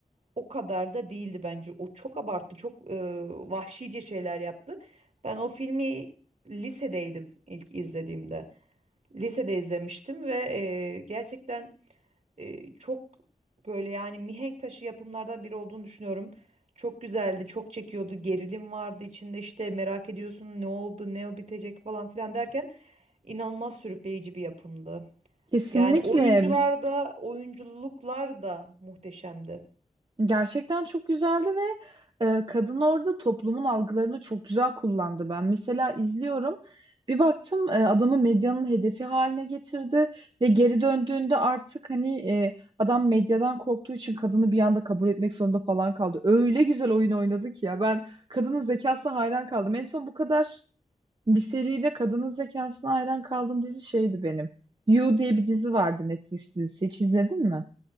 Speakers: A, on the right; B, on the right.
A: o kadar da değildi bence. O çok abarttı, çok e, vahşice şeyler yaptı. Ben o filmi lisedeydim ilk izlediğimde. Lisede izlemiştim ve e, gerçekten e, çok böyle yani mihenk taşı yapımlardan biri olduğunu düşünüyorum. Çok güzeldi, çok çekiyordu, gerilim vardı içinde işte merak ediyorsun ne oldu, ne bitecek falan filan derken inanılmaz sürükleyici bir yapımdı.
B: Kesinlikle
A: Yani oyuncular da, oyunculuklar da muhteşemdi.
B: Gerçekten çok güzeldi ve e, kadın orada toplumun algılarını çok güzel kullandı. Ben mesela izliyorum. Bir baktım e, adamı medyanın hedefi haline getirdi ve geri döndüğünde artık hani e, adam medyadan korktuğu için kadını bir anda kabul etmek zorunda falan kaldı. Öyle güzel oyun oynadı ki ya ben kadının zekasına hayran kaldım. En son bu kadar bir seride kadının zekasına hayran kaldığım dizi şeydi benim. You diye bir dizi vardı Netflix'te. Hiç izledin mi?